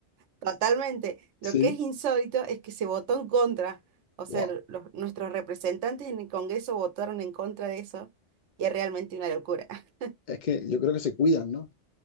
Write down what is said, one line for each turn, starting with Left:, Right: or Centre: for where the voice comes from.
Right: Totalmente. Lo
Left: Sí.
Right: que es insólito es que se votó en contra. O sea,
Left: Guau.
Right: lo- los, nuestros representantes en el Congreso votaron en contra de eso y es realmente una locura. <laughs>
Left: Es que yo creo que se cuidan, ¿no?